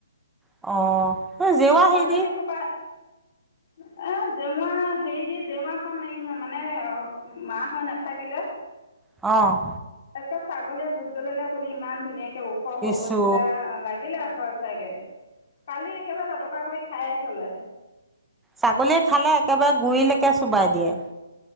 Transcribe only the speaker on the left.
ছাগলী সোপা, এ, জেওৰা হেৰি দি, জেওৰাখন এই মানে, অ, মাৰা হৈ নাথাকিলে
একে ছাগলীয়ে, ভুত জলকীয়া পুলি ইমান ধুনীয়াকে ওখ, ওখ
গছবিলাক লাগিলে হৈ চাগে, কালি একেবাৰে লটকা কৰি খায়ে থ'লে।